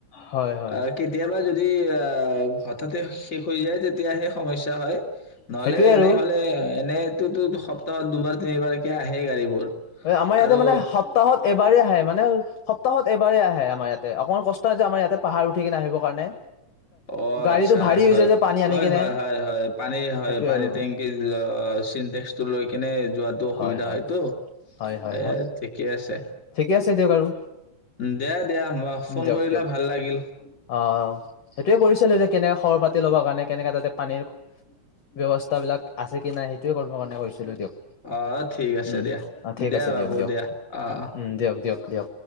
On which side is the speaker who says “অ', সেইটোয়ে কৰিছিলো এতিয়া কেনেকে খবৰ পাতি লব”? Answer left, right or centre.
Left